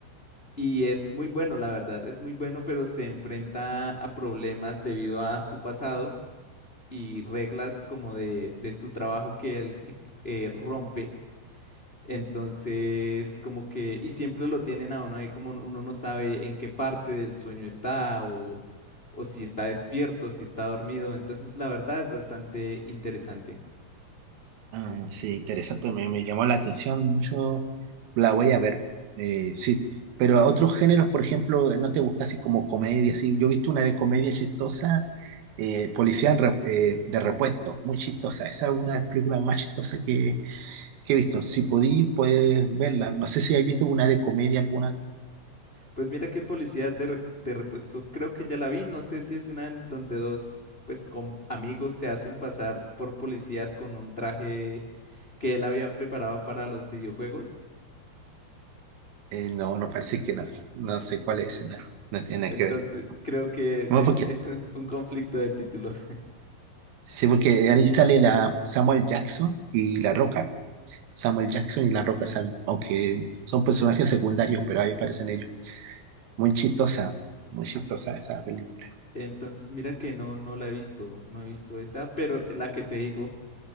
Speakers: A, on the left; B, on the right.
A: y es muy bueno, la verdad, es muy bueno, pero se enfrenta a problemas debido a su pasado y reglas como de, de su trabajo que él <laughs> eh, rompe. Entonces, como que, y siempre lo tienen a uno ahí como uno no sabe en qué parte del sueño está o, o si está despierto, si está dormido. Entonces, la verdad es bastante interesante.
B: Ah, sí, interesante, me, me llamó la atención mucho, la voy a ver, eh, sí, pero a otros géneros, por ejemplo, ¿no te gusta así como comedia? Sí, yo he visto una de comedia chistosa, eh, Policía en re- eh, de repuesto, muy chistosa, esa es una de las películas más chistosas que, que he visto, si podí, puedes verla, no sé si has visto una de comedia alguna tú.
A: Pues mira qué policía de, re- de repuesto, creo que ya la vi, no sé si es una en donde dos, pues, con amigos se hacen pasar por policías con un traje que él había preparado para los videojuegos.
B: Eh, no, no parece que no, no sé cuál es, no, no tiene
A: Entonces,
B: nada que ver.
A: creo que
B: No,
A: es,
B: porque,
A: es un un conflicto de títulos.
B: sí, porque ahí sale la Samuel Jackson y La Roca. Samuel Jackson y La Roca salen, aunque son personajes secundarios, pero ahí aparecen ellos. Muy chistosa, muy chistosa esa película.
A: Entonces, mira que no, no la he visto, no he visto esa, pero la que te digo,